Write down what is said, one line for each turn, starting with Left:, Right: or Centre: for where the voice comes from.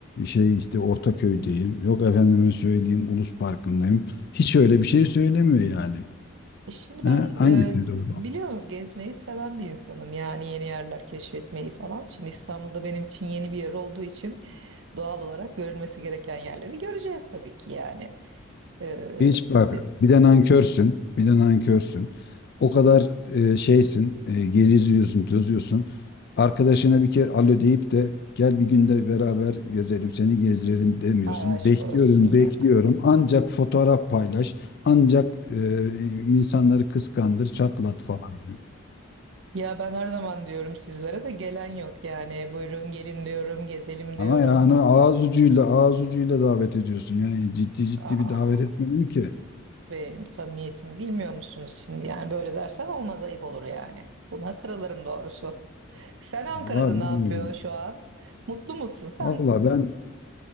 Left: şey işte Ortaköy'deyim. Yok efendime söyleyeyim Ulus Parkı'ndayım. Hiç öyle bir şey söylemiyor yani.
Right: Şimdi
Left: He?
Right: ben
Left: Hangisi
Right: e,
Left: doğru?
Right: biliyorsunuz gezmeyi seven bir insanım. Yani yeni yerler keşfetmeyi falan. Şimdi İstanbul'da benim için yeni bir yer olduğu için doğal olarak görülmesi gereken yerleri göreceğiz tabii ki yani. E,
Left: Hiç bak
Right: e,
Left: bir de nankörsün, bir de nankörsün. O kadar e, şeysin, e, geriziyorsun, tozuyorsun. Arkadaşına bir kere alo deyip de gel bir günde beraber gezelim, seni gezdirelim demiyorsun.
Right: ay aşk
Left: Bekliyorum,
Right: olsun ya.
Left: bekliyorum. Ancak fotoğraf paylaş, ancak e, insanları kıskandır, çatlat falan ya.
Right: Ya ben her zaman diyorum sizlere de gelen yok yani. Buyurun gelin diyorum, gezelim
Left: Ama
Right: diyorum.
Left: yani ağız ucuyla, ağız ucuyla davet ediyorsun. Yani ciddi ciddi
Right: Aa,
Left: bir davet etmedin ki.
Right: benim samimiyetim bilmiyor musunuz şimdi? Yani böyle dersen olmaz ayıp olur yani. Buna kırılırım doğrusu. Sen Ankara'da
Left: Vallahi
Right: ne
Left: bilmiyorum.
Right: yapıyorsun şu an? Mutlu musun? Sen
Left: Vallahi ben